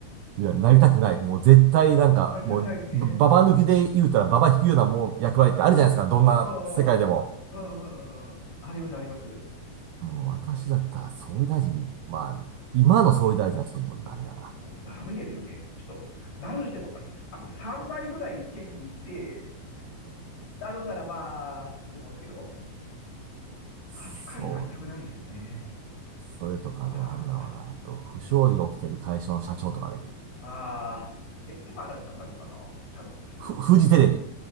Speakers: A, on the right; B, on the left.
A: いや、なりたくない。もう絶対なんか、
B: 触りたくないですね。
A: もう、ばババ抜きで言うたらババ引くようなもう役割ってあるじゃないですか。どんな世界でも。
B: ああ、ああります、あります。
A: もう私だったら総理大臣、まあ、今の総理大臣はちょっともうダメだな。
B: もうダメですよね。ちょっと、なるにしても、ああと3台ぐらいチェンジして、なるんならまあ、って思うんですけど、
A: そう。
B: 確かになりたくないですよね。
A: それとかね、
B: わあ、
A: なんだろうな。あと、不祥事が起きてる会社の社長とかね。
B: ああ、え、今だったら何かな社長になりたい
A: ふ、フジテレビ。